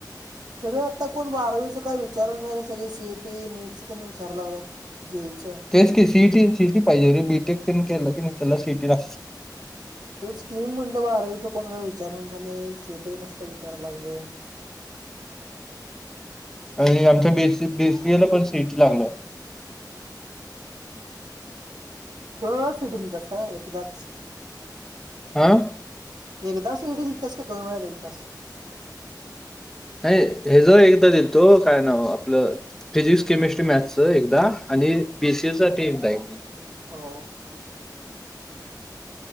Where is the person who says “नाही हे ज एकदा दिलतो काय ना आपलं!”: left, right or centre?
Centre